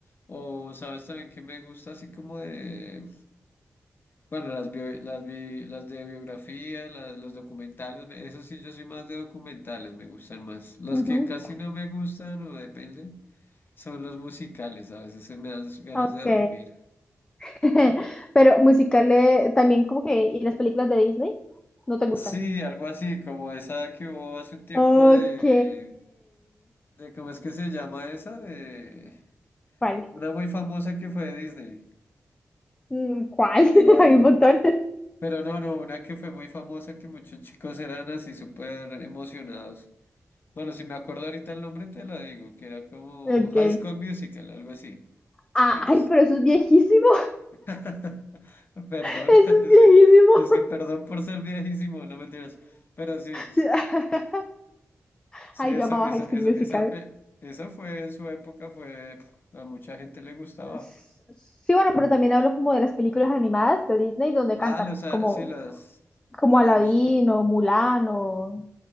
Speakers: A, on the left; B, on the left.
A: O sabes también que me gusta así como de, bueno, las bio- las, bi- las de biografía, la- los documentales, me- eso sí, yo soy más de documentales, me gustan más. Los
B: ujú.
A: que casi no me gustan o depende son los musicales, a veces se me dan ganas
B: Ok.
A: de dormir.
B: <laughs> Pero musicales también como que... ¿Y las películas de Disney? ¿No te gustan?
A: Sí, algo así, como esa que hubo hace un tiempo
B: Ok.
A: de, de ¿cómo es que se llama esa? De
B: ¿Cuál?
A: una muy famosa que fue de Disney,
B: Mm, ¿Cuál?
A: eh, de
B: <laughs>
A: baile.
B: Hay un montón.
A: Pero no, no, una que fue muy famosa que muchos chicos eran así súper emocionados. Bueno, si me acuerdo ahorita el nombre te la digo, que era como
B: Ok.
A: High School Musical, algo así.
B: Ah,
A: Sí.
B: ay, pero eso es viejísimo.
A: <laughs> Perdón,
B: <laughs> Eso
A: <laughs>
B: es
A: es
B: viejísimo.
A: que, no es que
B: <laughs>
A: perdón por ser viejísimo, no mentiras. Pero sí,
B: Sí. <laughs>
A: sí,
B: Ay,
A: esa,
B: yo amaba
A: esa,
B: High School
A: esa,
B: Musical.
A: esa, pe- esa fue en su época, fue, pf, a mucha gente le gustaba.
B: S- Sí, bueno, pero también hablo como de las películas animadas de Disney donde
A: Ah,
B: cantan,
A: los, ah,
B: como,
A: sí, las...
B: como Aladdin
A: pues,
B: o Mulan o...